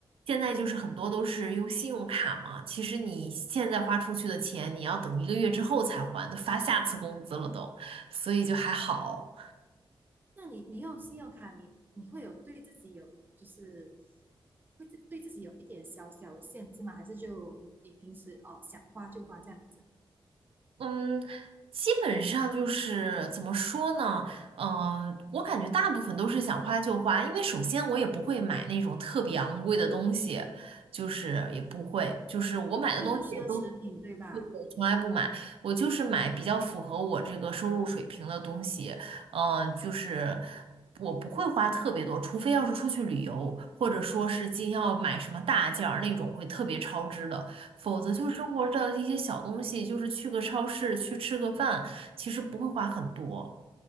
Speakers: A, on the right; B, on the right.
A: 现在就是很多都是用信用卡嘛，其实你现在花出去的钱，你要等一个月之后才还，都发下次工资了都，所以就还好。
B: 那你你用信用卡你，你会有对自己有就是会自对自己有一点小小的限制吗？还是就你平时哦想花就花这样子，
A: 嗯，基本上就是怎么说呢？嗯、我感觉大部分都是想花就花，因为首先我也不会买那种特别昂贵的东西，就是也不会，就是我买的东西也都。
B: 就是奢侈品对吧？
A: 我从来不买，我就是买比较符合我这个收入水平的东西。嗯、就是我不会花特别多，除非要是出去旅游，或者说是今要买什么大件儿那种会特别超支的，否则就是生活的一些小东西，
B: 是，
A: 就是去个超市去吃个饭，其实不会花很多。